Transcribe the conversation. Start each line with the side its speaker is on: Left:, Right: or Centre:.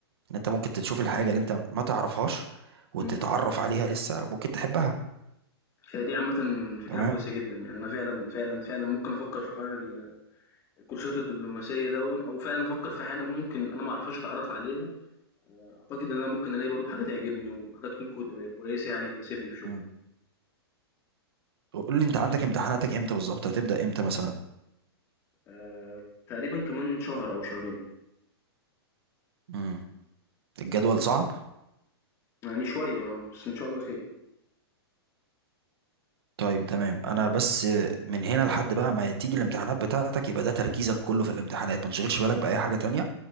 Right: ان انت ممكن تشوف الحاجه اللي انت ما تعرفهاش وتتعرف
Left: إمم.
Right: عليها لسه ممكن تحبها
Left: هي دي عامةً فكرة
Right: تمام
Left: كويسة جدًا، يعني أنا فعلًا، فعلًا، فعلًا ممكن أفكّر في حوار ال الكورسات الدبلوماسية دوًّا أو فعلًا أفكّر في حاجة ممكن أنا ما أعرفهاش أتعرّف عليها، أعتقد إن أنا ممكن ألاقي برضه حاجة تعجبني وحاجة تكون كو كويسة يعني تناسبني في شغلي،
Right: مم. قول لي انت عندك امتحاناتك امتى بالظبط هتبدا امتى مثلا
Left: آآ، تقريبًا كمان شهر أو شهرين،
Right: مم. الجدول صعب
Left: يعني شوية آه، بس إن شاء الله خير،
Right: طيب تمام انا بس من هنا لحد بقى ما تيجي الامتحانات بتاعتك يبقى ده تركيزك كله في الامتحانات ما تشغلش بالك باي حاجه تانية